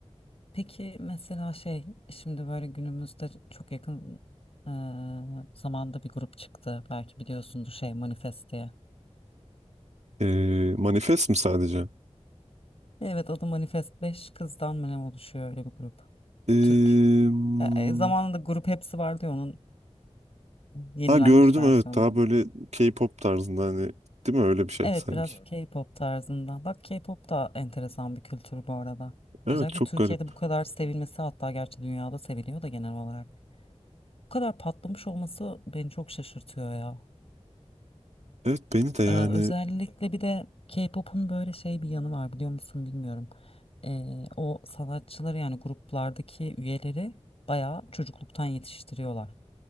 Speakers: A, on the left; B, on the right.
A: Peki mesela şey şimdi böyle günümüzde çok yakın e, zamanda bir grup çıktı. Belki biliyorsundur şey Manifest diye.
B: Ee, Manifest mi sadece?
A: Evet adı Manifest 5 kızdan mı ne oluşuyor öyle bir grup.
B: Ee,
A: Türk.
B: hmm,
A: E, e, zamanında grup hepsi vardı ya onun e, yenilenmiş
B: ha gördüm
A: versiyonu
B: evet daha
A: gibi.
B: böyle K-pop tarzında hani değil mi öyle bir şey
A: Evet
B: sanki.
A: biraz Evet. K-pop tarzında. Bak K-pop da enteresan bir kültür bu arada.
B: Evet
A: Özellikle
B: çok
A: Türkiye'de
B: garip.
A: bu kadar sevilmesi hatta gerçi dünyada seviliyor da genel olarak. Bu kadar patlamış olması beni çok şaşırtıyor ya.
B: Evet beni de yani
A: Ee, özellikle bir de K-pop'un böyle şey bir yanı var biliyor musun bilmiyorum. Ee, o sanatçıları yani gruplardaki üyeleri bayağı çocukluktan yetiştiriyorlar.